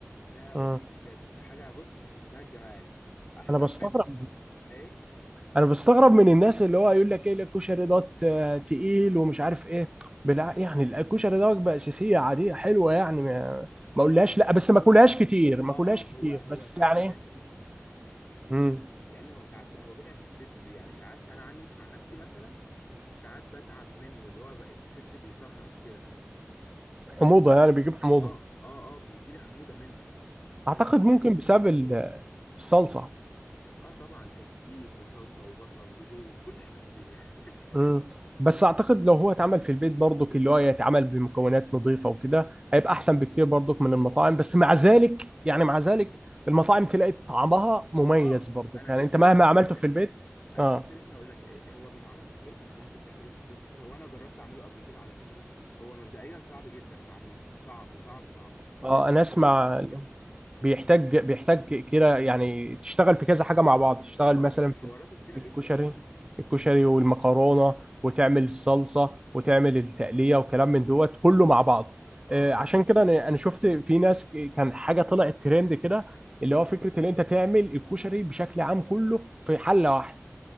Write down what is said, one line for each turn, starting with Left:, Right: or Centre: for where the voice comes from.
Left: يا اوف
Right: آه.
Left: بجد حاجه بص في منتهى الجمال احسن
Right: انا بستغرب
Left: من ايه
Right: انا بستغرب من الناس اللي هو يقول لك ايه الكشري دوت آه، تقيل ومش عارف ايه بلا
Left: امم
Right: يعني الكشري ده وجبه اساسيه عاديه حلوه يعني ما ما
Left: لا
Right: اقولهاش
Left: بس
Right: لا بس
Left: هو
Right: ما اكلهاش
Left: اه
Right: كتير ما
Left: اه
Right: اكلهاش كتير
Left: هو هو
Right: بس
Left: ساعات
Right: يعني
Left: بيبقى
Right: ايه
Left: تقيل
Right: مم.
Left: لان هو ساعات بقى- هو بيتعب الصدر يعني ساعات انا عني عن نفسي مثلا ساعات بتعب منه اللي هو بقى صدري بيسهرك كده
Right: حموضه يعني بيجيب حموضه
Left: اه اه اه بيجي لي حموضه منه
Right: اعتقد
Left: بس مش
Right: ممكن
Left: مش
Right: بسبب
Left: على
Right: ال-
Left: طول
Right: الصلصه
Left: اه طبعا تسبيك وصلصه وبصل وزيت كل حاجه في الدنيا <laughs>
Right: مم. بس اعتقد لو هو اتعمل في البيت برضك اللي هو يتعمل بمكونات نظيفه وكده هيبقى احسن بكتير برضك من المطاعم بس مع ذلك يعني مع ذلك المطاعم تلاقي طعمها مميز
Left: اه
Right: برضك
Left: انا
Right: يعني
Left: كنت
Right: انت
Left: لسه
Right: مهما عملته
Left: هقول لك
Right: في البيت
Left: انا
Right: اه
Left: كنت لسه هقول لك إيه، هو بيتعمل في البيت انا مامتي بتعمله في البيت وكده وانا جربت اعمله قبل كده على فكره هو مبدئيا صعب جدا في عميله صعب صعب صعب
Right: اه
Left: لان
Right: انا اسمع
Left: حواراته كتير
Right: بيحتاج بيحتاج كده يعني تشتغل في كذا حاجه مع بعض تشتغل
Left: اه
Right: مثلا
Left: حواراته
Right: في
Left: كتيره جدا
Right: الكشري الكشري والمكرونه وتعمل الصلصه وتعمل التقليه وكلام من دوت كله مع بعضه
Left: اه
Right: آه، عشان كده انا انا شفت في ناس كان حاجه طلعت ترند كده اللي
Left: امم
Right: هو فكره ان انت تعمل الكشري بشكل عام كله في حله واحده